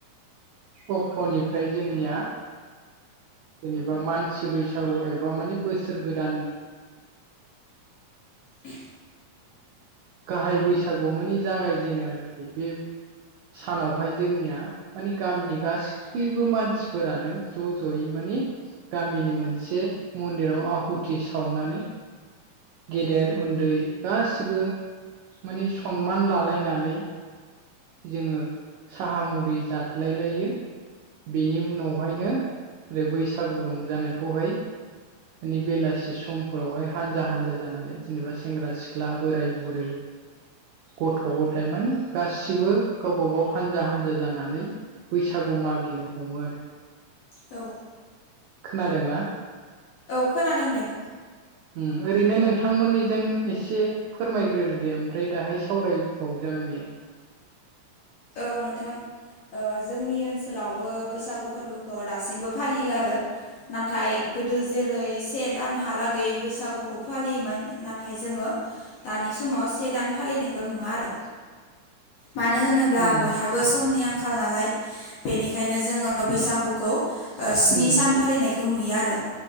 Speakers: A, on the right (about 85°); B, on the left (about 65°).
A: अक्ट'निफ्राय जोंनिया जेनेबा मानसि बैसागु एब माबा माने बोसोर गोदान
B: उ
A: गाहाय बैसागुआव माने जागायजेनो आरोखि बे सानावहाय जोंनिया माने गामिनि गासै खिबो मानसिफोरानो ज' ज'यै मानि गामिनि मोनसे मन्दिराव आहुथि सावनानै गेदेर उन्दै गासिबो माने सनमान लालायनानै जोङो साहा मुरि जादलाय लायो बेनि उनावहायनो ओरै बैसाग बैसागु रंजानायखौहाय मानि बेलासि समावहाय हानजा हनजा जानानै जेनेबा सेंग्रा सिख्ला बोराय बुरै गथ' गथायाइ मानि गासिबो गावबा गाव हानजा हानजा जानानै बैसागु मागिनो हमो आरो।
B: औ
A: खोनादों ना?
B: औ खोनादों दे।
A: उम ओरैनो नों नोंथांमोननिजों एसे फोरमायग्रोदो ओमफ्राय दाहाय सावराय बावजागोन बेयो
B: औ नोंथां ओ जोंनि ओनसोलावबो बैसागु फोरबोखौ दासिमबो फालियो आरो नाथाय गोदो जेरै से दानहालागै बैसागुखौ फालियोमोन नाथाय नाथाय जोङो दानि समाव से दान फालिनायखौ नुवा आरो मानो होनोब्ला अब्ला
A: उम
B: बयहाबो समनि आंखाल नालाय बेनिखायनो जोङो बैसागु खौ स्नि
A: उम
B: सान फालिनायखौ नुयो आरो